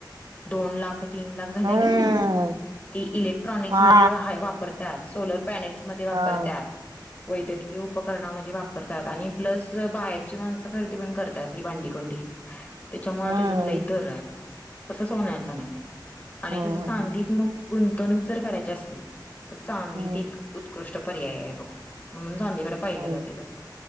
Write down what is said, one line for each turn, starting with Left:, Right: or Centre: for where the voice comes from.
Left: दोन लाख तीन लाख झाल्या
Right: हम्म
Left: कनी ती इलेक्ट्रॉनिक
Right: हा
Left: मध्ये हाय वापरत्यात सोलर पॅनेल्स मध्ये वापरत्यात
Right: हा
Left: वैद्यकीय उपकरणामध्ये वापरतात आणि प्लस बाहेरची माणसं खरेदी पण करतात ही भांडीकोंडी त्याच्यामुळे
Right: हम्म
Left: त्याच लै दर आहे तड सोन्याच नाही आणि
Right: हम्म
Left: त्याच चांदीत मग गुंतवणूक जर करायची असली तर चांदी
Right: हम्म
Left: ते एक उत्कृष्ट पर्याय आहे बघ म्हणून चांदीकड पाहिलं
Right: हम्म
Left: जातंय तस